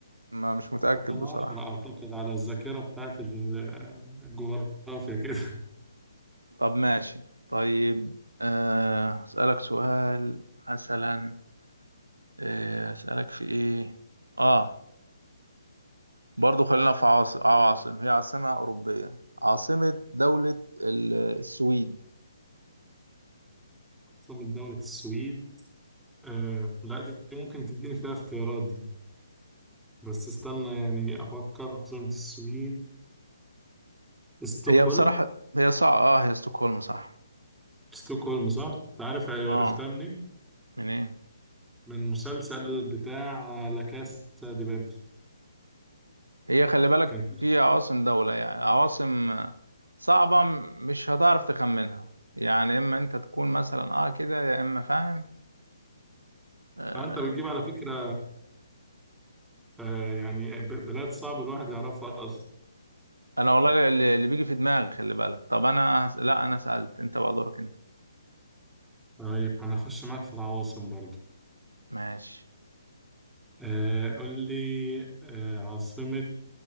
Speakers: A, on the right (about 85°); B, in the centre.
A: ما مش متأكد
B: كانوا
A: بصراحة
B: عشرة أعتقد على الذاكرة بتاعت ال- الجغرافيا كده <laughs>
A: طب ماشي طيب أه أسألك سؤال مثلا أه أسألك في إيه آه برضو خلينا في عاصم عواصم هي عاصمة أوروبية عاصمة دولة ال- السويد
B: عاصمة دولة السويد آه لا دي ممكن تديني فيها اختيارات دي بس استنى يعني أفكر عاصمة السويد ستوكهولم
A: هي بصراحة هي صعبة آه هي ستوكهولم صح
B: ستوكهولم صح؟ أنت عارف عرفتها
A: آه
B: منين؟
A: منين
B: من مسلسل بتاع لا كاسا دي بابل
A: هي خلي بالك
B: كان في
A: في عواصم دولة يعني عواصم صعبة مش هتعرف تخمنها يعني اما انت تكون مثلا اه كده يا اما فاهم آه
B: آه أنت بتجيب على فكرة آه يعني ب- بلاد صعب الواحد يعرفها أصلا
A: انا والله اللي اللي بيجي في دماغي خلي بالك طب انا هس... لا انا سألت انت بقى دورك انت
B: طيب هنخش معاك في العواصم برضو
A: ماشي
B: آه قول لي آه عاصمة